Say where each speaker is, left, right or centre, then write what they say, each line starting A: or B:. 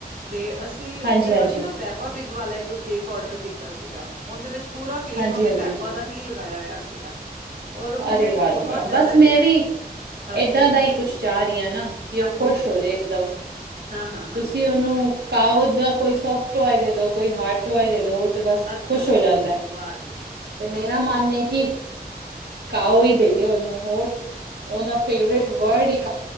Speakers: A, on the right; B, on the right.
A: ਤੇ ਅਸੀਂ ਉਹਦੇ
B: ਹਾਂਜੀ ਹਾਂਜੀ
A: ਵਾਸਤੇ ਨਾ ਪੈਪਾ ਪਿਗ ਵਾਲਾ ਕੇਕ ਔਡਰ ਕੀਤਾ ਸੀਗਾ, ਉਹਦੇ ਵਿੱਚ ਪੂਰਾ ਫੇਸ
B: ਹਾਂਜੀ
A: ਉਹਨੇ
B: ਹਾਂਜੀ
A: ਪੈਪਾ ਦਾ ਹੀ ਲਗਾਇਆ ਹੋਇਆ ਸੀ। ਸੀਗਾ ਔਰ ਉਹਦੇ
B: ਅਰੇ
A: ਵਿੱਚ
B: ਵਾਹ ਜੀ
A: ਬਹੁਤ
B: ਵਾਹ
A: ਜ਼ਿਆਦਾ
B: ਬਸ ਮੈਂ
A: ਕ
B: ਵੀ ਏਦਾਂ
A: ਕਰੀਮ
B: ਦਾ
A: ਵੀ
B: ਹੀ ਕੁਛ
A: ਸੀ
B: ਚਾਹ ਰਹੀ, ਆ ਨਾ ਕਿ ਉਹ
A: ਹਾਂਜੀ
B: ਖੁਸ਼
A: ਹਾਂਜੀ
B: ਹੋਜੇ ਇੱਕਦਮ
A: ਹਾਂ ਹਾਂ ਹਾਂ
B: ਤੁਸੀਂ ਉਹਨੂੰ ਖਓ, ਦਾ ਕੋਈ ਸੋਫਟ ਟੋਆਏ ਦੇਦੋ। ਕੋਈ ਹਾਰਡ ਢੁਆਈ
A: ਓਕੇ
B: ਦੇ ਦੋ ਤੇ ਬਸ
A: ਅੱਛਾ
B: ਖੁਸ਼
A: ਅੱਛਾ
B: ਹੋ ਜਾਂਦਾ ਹੈ,
A: ਵਾਹ
B: ਤੇ ਮੇਰਾ ਮਨ ਐਹੀ ਕਿ
A: ਹੂੰ,
B: ਕਾਹਓ ਹੀ ਦੇਏ ਉਹਨੂੰ ਹੋਰ ਉਹਦਾ ਫੇਵਰੇਟ ਵਰਡ ਇੱਕ